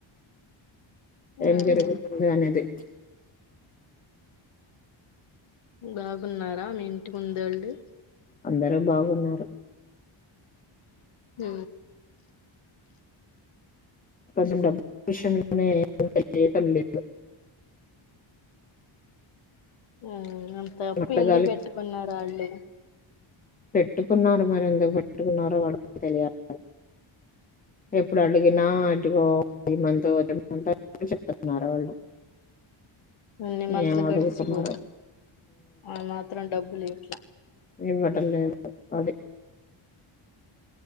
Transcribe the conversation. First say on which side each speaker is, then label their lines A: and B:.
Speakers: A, on the left (about 15°); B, on the left (about 75°).
A: ఏం
B: మ్మ్
A: జరుగుతుంది అనేది
B: బాగున్నారా మీ ఇంటి ముందేళ్ళు
A: అందరు బాగున్నారు
B: మ్
A: కొంచం <unintelligible> లేదు
B: అ అంత అప్పు
A: అడగాలి
B: ఎందుకు పెట్టుకున్నారు వాళ్ళు
A: పెట్టుకున్నారు మర ఎందుకు పెట్టుకున్నారో వాళ్ళ తెలియాల, ఎప్పుడు అడిగినా అటుకో పది మంది వది మంది చెప్న్నారు వాళ్ళు
B: న్ని మంతలు
A: ఏం అడుగుతున్నారు
B: గడిసిపోతాం అ మాత్రం డబ్ <unintelligible>
A: ఇవ్వడం లేదు అది